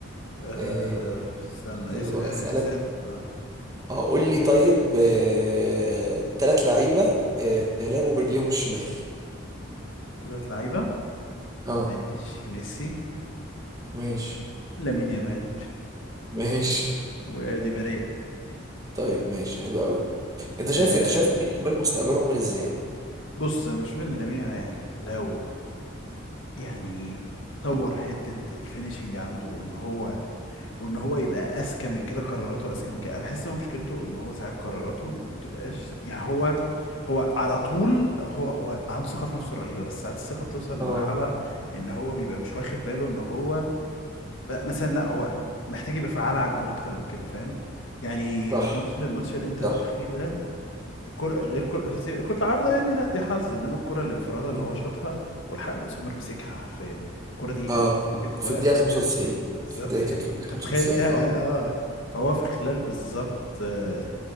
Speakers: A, on the left (about 65°); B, on the right (about 20°).
A: آه
B: آه،
A: استنى
B: استنى
A: اس-
B: بقى
A: آه،
B: أسألك
A: اسأل انت. اه
B: اه قول لي طيب آه، تلات لعيبة آه، لعبوا برجليهم الشمال
A: ثلاث لعيبة
B: اه
A: ماشي ميسي
B: ماشي
A: لامين يامال
B: ماشي
A: ودي ماريا
B: <laughs> طيب ماشي حلو قوي انت
A: آه
B: شايف انت شايف لامين يامال مستقبله عامل ازاي
A: بص انا بشوف ان لامين يامال لو يعني طور حتة الفينيشنج عنده وان هو وان هو يبقى اذكى من كده قراراته اذكى من كده انا بحس ان هو مشكلته ان هو ساعات قراراته ما بتبقاش يعني هو هو على طول هو هو عنده ثقة في نفسه رهيبة بس ساعات الثقة بتوصل لمرحلة
B: اه
A: ان هو بيبقى مش واخد باله ان هو بقى مثلا لا هو محتاج يبقى فعال على الجون اكتر من كده فاهم يعني
B: صح
A: في ماتش ماتش الانتر
B: صح
A: الاخير ده كرة غير كرة سيب- كرة عارضة يعني لا دي حظ انما الكرة الانفرادة اللي
B: <laughs>
A: هو شاطها والحق وسومر مسكها حرفيا الكرة دي
B: اه
A: كانت في
B: في
A: وقت
B: الدقيقة 95
A: بالظبط
B: في الدقيقة كانت
A: يعني انت
B: في الدقيقة 95
A: متخيل ان هي اه
B: اه
A: آه. فهو في خلال بالظبط آه